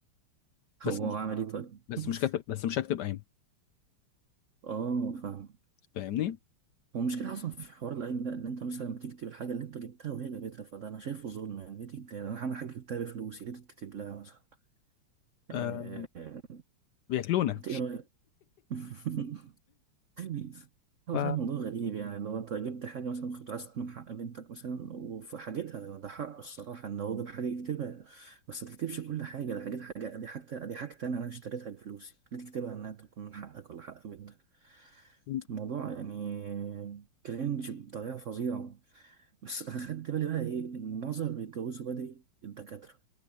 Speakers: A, on the left (about 70°); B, on the right (about 80°).
A: بس
B: هو هو عمل إيه طيب؟
A: بس
B: <laughs>
A: مش كاتب بس مش هكتب قايمه
B: أه فاهم
A: فاهمني
B: هو المشكلة أصلا في حوار العلم ده إن أنت مثلا بتكتب الحاجة اللي أنت جبتها وهي جابتها فده أنا شايفه ظلم يعني ليه تكتب يعني أنا حاجة جبتها بفلوسي ليه تتكتب لها مثلا؟ آه،
A: آه بياكلونا
B: أنت إيه رأيك؟ <laughs> غريب. هو
A: ف
B: والله الموضوع غريب يعني لو انت جبت حاجة مثلا كنت عايز تضمن حق بنتك مثلا وفي حاجتها ده حقه الصراحة ان هو جاب حاجة يكتبها بس ما تكتبش كل حاجة ده حاجات حاجة دي حاجة دي حاجة انا انا اشتريتها بفلوسي ليه تكتبها انها تكون من حقك ولا حق بنتك
A: م-
B: الموضوع يعني كرنج بطريقة فظيعة بس انا خدت بالي بقى ايه ان معظم اللي بيتجوزوا بدري الدكاترة